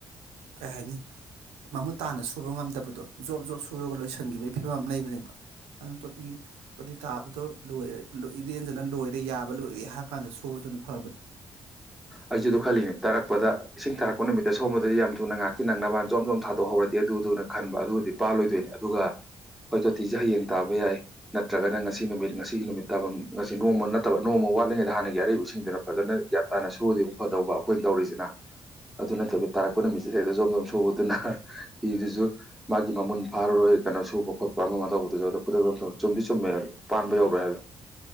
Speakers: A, on the right; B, in the centre.
A: ꯀꯩ ꯍꯥꯏꯅꯤ ꯃꯃꯨꯠ ꯇꯥꯅ ꯁꯨꯕ ꯉꯝꯗꯕꯗꯣ ꯖꯣꯞ ꯖꯣꯞ ꯁꯨꯔꯒ ꯂꯣꯏꯁꯤꯟꯒꯤꯕꯩ ꯐꯤꯕꯝ ꯑꯃ ꯂꯩꯕꯅꯦꯕ ꯑꯗꯨꯅ ꯇꯣꯇꯤ ꯇꯣꯇꯤ ꯇꯥꯕꯗꯣ ꯂꯣꯏꯔꯦ ꯂꯣꯏ ꯏꯔꯦꯟꯖꯅ ꯂꯣꯏꯔꯦ ꯌꯥꯕ ꯂꯣꯏꯔꯦ ꯍꯥꯏꯔꯀꯥꯟꯗ ꯁꯨꯕꯗꯨꯅ ꯐꯕꯅꯦ
B: ꯑꯩꯖꯨ ꯑꯗꯨ ꯈꯜꯂꯤꯅꯦ ꯇꯥꯔꯛꯄꯗ ꯏꯁꯤꯡ ꯇꯥꯔꯛꯄ ꯅꯨꯃꯤꯠꯇ ꯁꯣꯝꯃꯗꯤ ꯌꯥꯝ ꯊꯨꯅ ꯉꯍꯥꯛꯀꯤ ꯅꯪꯅꯕ ꯖꯣꯝꯖꯣꯝ ꯊꯥꯗꯣꯛꯍꯧꯔꯗꯤ ꯑꯗꯨ ꯗꯨꯅ ꯈꯟꯕ ꯑꯗꯨꯗꯤ ꯄꯥꯜꯂꯣꯏꯗꯣꯏꯅꯤ ꯑꯗꯨꯒ ꯍꯣꯏ ꯇꯣꯇꯤꯖꯦ ꯍꯌꯦꯡ ꯇꯥꯕ ꯌꯥꯏ ꯅꯠꯇ꯭ꯔꯒꯅ ꯉꯁꯤ ꯅꯨꯃꯤꯠ ꯉꯁꯤꯒꯤ ꯅꯨꯃꯤꯠ ꯇꯥꯐꯝ ꯉꯁꯤ ꯅꯣꯡꯃ ꯅꯠꯇꯕ ꯅꯣꯡꯃ ꯋꯥꯠꯂꯤꯉꯩꯗ ꯍꯥꯟꯅꯒꯤ ꯑꯔꯩꯕ ꯁꯤ ꯁꯤꯡꯗꯨꯅ ꯐꯖꯅ ꯇꯥꯅ ꯁꯨꯔꯗꯤ ꯑꯃꯨꯛ ꯐꯗꯧꯕ ꯑꯈꯣꯏ ꯇꯧꯔꯤꯖꯤꯅ ꯑꯗꯨ ꯅꯠꯇꯕꯤ ꯇꯥꯔꯛꯄ ꯅꯨꯃꯤꯠꯁꯤꯗ ꯍꯦꯛꯇ ꯖꯣꯝ ꯖꯣꯝ ꯁꯨꯕꯗꯨꯅ ꯍꯥ ꯐꯤꯗꯨꯖꯨ ꯃꯥꯒꯤ ꯃꯃꯨꯟ ꯐꯥꯔꯔꯣꯏ ꯀꯩꯅꯣ ꯁꯨꯕ ꯈꯣꯠꯄ ꯑꯃ ꯑꯃ ꯇꯧꯕꯗꯨꯖꯨ ꯑꯗꯨ ꯈꯨꯗꯛꯇ ꯆꯨꯝꯗꯤ ꯆꯨꯝꯃꯦ ꯄꯥꯟꯕ ꯌꯧꯔꯣꯏ ꯍꯥꯌꯕꯗꯣ